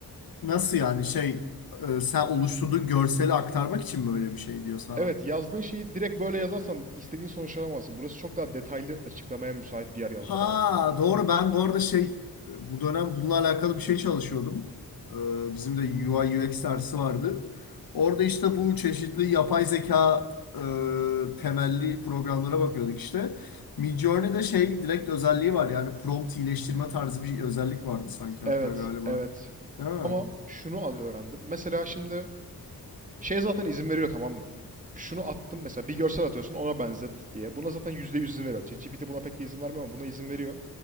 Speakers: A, on the left (about 65°); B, on the right (about 20°).
A: Nasıl yani şey e, sen oluşturduğun görseli aktarmak için mi öyle bir şey diyor sana?
B: Evet yazdığın şeyi direkt böyle yazarsan istediğin sonuç alamazsın. Burası çok daha detaylı açıklamaya müsait bir yer yazdı
A: Ha
B: bana.
A: doğru ben bu arada şey e, bu dönem bununla alakalı bir şey çalışıyordum. E, bizim de UI UX dersi vardı. Orada işte bu çeşitli yapay zeka e, temelli programlara bakıyorduk işte. Midjourney'de şey direkt özelliği var yani prompt iyileştirme tarzı bir özellik vardı sanki
B: Evet,
A: hatta galiba.
B: evet.
A: Değil mi?
B: Ama şunu al öğrendim. Mesela şimdi şey zaten izin veriyor tamam mı? Şunu attım mesela bir görsel atıyorsun ona benzet diye. Buna zaten %100 izin veriyor. ChatGPT buna pek de izin vermiyor ama buna izin veriyor.